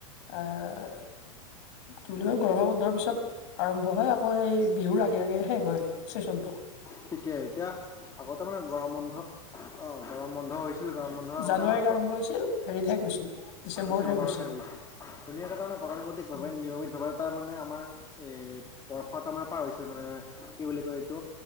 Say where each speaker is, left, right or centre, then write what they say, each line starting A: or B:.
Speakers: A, on the left; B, on the left.
A: আ কি বুলি কয় গৰম বন্ধৰ পিছত আৰম্ভ হয় আকৌ এই বিহুৰ আগে আগে শেষ হয় চেচনটো
B: ঠিকে এতিয়া আগতে মানে গৰম বন্ধ অ গৰম বন্ধ হৈছিল গৰম বন্ধৰ আগতে
A: জানুৱাৰীত
B: আমাৰ শৱ
A: আৰম্ভ হৈছিল হেৰিত শেষ হৈছিল ডিচেম্বৰত
B: ডিচেম্বৰতহে
A: শেষ হৈছিল
B: গৈছিল ধুনীয়াকে এটা গতানুগতিক ভাৱে
A: উম,
B: নিয়মিত ভাৱে তাৰ মানে আমাৰ এ বৰ্ষ এটা মানে পাৰ হৈছিল মানে কি বুলি কয় এ